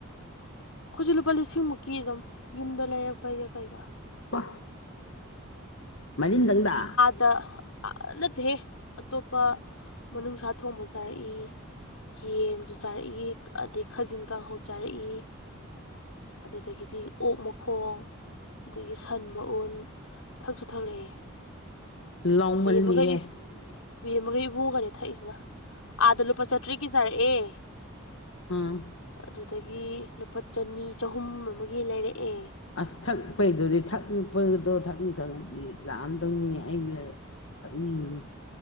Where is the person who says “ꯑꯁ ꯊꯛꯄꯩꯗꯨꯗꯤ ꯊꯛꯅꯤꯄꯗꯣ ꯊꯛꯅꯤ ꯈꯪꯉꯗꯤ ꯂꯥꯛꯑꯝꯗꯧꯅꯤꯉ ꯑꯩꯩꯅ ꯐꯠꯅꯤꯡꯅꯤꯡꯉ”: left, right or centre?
Left